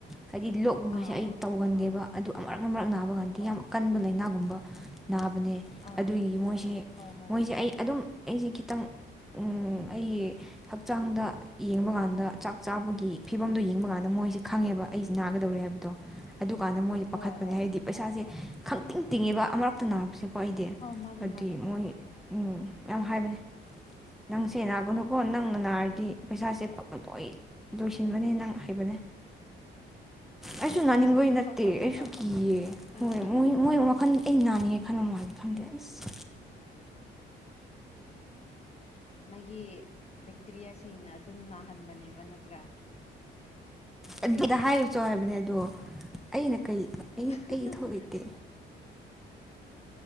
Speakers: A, in the centre; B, on the left.
A: ꯍꯥꯏꯗꯤ ꯂꯣꯛꯒꯨꯝꯕꯁꯦ
B: ꯑꯥ
A: ꯑꯩ
B: ꯑꯥ
A: ꯇꯧꯒꯟꯗꯦꯕ ꯑꯗꯨ ꯑꯃꯔꯛ ꯑꯃꯔꯛ ꯅꯥꯕ ꯀꯥꯟꯗ
B: ꯍꯣꯏ
A: ꯌꯥꯝ ꯀꯟꯕ ꯂꯩꯅꯥꯒꯨꯝꯕ ꯅꯥꯕꯅꯦ
B: ꯑꯥ
A: ꯑꯗꯨꯒꯤ ꯃꯣꯏꯁꯦ
B: ꯍꯣꯏ ꯍꯣꯏ
A: ꯃꯣꯏꯁꯦ ꯑꯩ ꯑꯗꯨꯝ ꯑꯩꯁꯦ ꯈꯤꯇꯪ ꯎꯝ ꯑꯩ ꯍꯛꯆꯥꯡꯗ ꯌꯦꯡꯕ ꯀꯥꯟꯗ ꯆꯥꯛ ꯆꯥꯕꯒꯤ ꯐꯤꯕꯝꯗꯣ ꯌꯦꯡꯕ ꯀꯥꯟꯗ ꯃ ꯃꯣꯏꯁꯦ ꯈꯪꯉꯦꯕ ꯑꯩꯁ ꯅꯥꯒꯗꯧꯔꯦ ꯍꯥꯏꯕꯗꯣ ꯑꯗꯨꯀꯥꯟꯗ ꯃꯣꯏꯁꯦ
B: ꯍꯣꯏ
A: ꯄꯥꯈꯠꯄꯅꯦ
B: ꯍꯣꯏ
A: ꯍꯥꯏꯗꯤ ꯄꯩꯁꯥꯁꯦ ꯈꯪꯇꯤꯡ ꯇꯤꯡꯉꯦꯕ ꯑꯃꯔꯛꯇ ꯅꯥꯕꯁꯦ ꯍꯣꯏꯗꯤ
B: ꯑꯧ ꯃꯥꯅꯦ
A: ꯑꯗꯤ
B: ꯃꯥꯅꯦ
A: ꯃꯣꯏ ꯎꯝ ꯌꯥꯝ ꯍꯥꯏꯕꯅꯦ ꯅꯪꯁꯦ ꯅꯥꯒꯅꯨꯀꯣ ꯅꯪꯅ ꯅꯥꯔꯗꯤ ꯄꯩꯁꯥꯁꯦ <unintelligible> ꯂꯣꯏ ꯂꯣꯏꯁꯤꯟꯕꯅꯦ ꯅꯪ ꯍꯩꯕꯅꯦ ꯑꯩꯁꯨ ꯅꯥꯅꯤꯡꯕꯩ
B: ꯃꯣꯏꯁꯨ ꯑꯗꯨꯝ
A: ꯅꯠꯇꯦ
B: ꯄꯥꯈꯠꯂꯦꯕ
A: ꯑꯩꯁꯨ ꯀꯤꯌꯦ
B: ꯑ
A: ꯍꯣꯏ ꯃꯣꯏ ꯃꯣꯏ ꯋꯈꯟ ꯑꯩ ꯅꯥꯅꯤꯉꯦ ꯈꯟꯕ ꯃꯥꯜꯂꯦ ꯈꯪꯗꯦ ꯑ꯭ꯁ
B: ꯃꯥꯒꯤ ꯕꯦꯛꯇ꯭ꯔꯤꯌꯥꯁꯤꯡꯅ ꯑꯗꯨꯝ ꯅꯥꯍꯟꯕꯅꯦꯕ ꯅꯠꯇ꯭ꯔꯥ
A: ꯑꯗꯨꯗ ꯍꯥꯏꯔꯨꯆꯣ ꯍꯥꯏꯕꯅꯦ ꯑꯗꯣ ꯑꯩꯅ ꯀꯩ
B: <unintelligible>
A: ꯑꯩ ꯑꯩꯒꯤ ꯊꯧ ꯂꯩꯇꯦ